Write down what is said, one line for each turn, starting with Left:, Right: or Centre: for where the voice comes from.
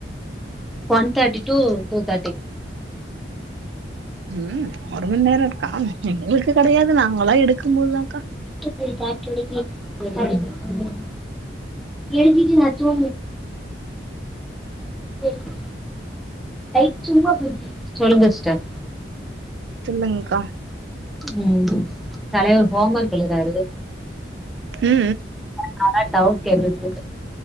Centre: one thirty to two thirty
Right: ம் ஒரு மணி நேரோ இருக்கா எங்களுக்கு கிடையாது நாங்களா எடுக்கு போதுதாக்கா
Centre: <unintelligible> எழுதி மற்று <unintelligible> ஐ சும்மா மி சொல்லுங்க சிஸ்டர்
Right: சொல்லுங்க்கா
Centre: உ தலைவர் ஹோம் ஒர்க் எழுதுறாரு
Right: உ உ
Centre: நானே டவுட் கேட்டுட்டுருக்கே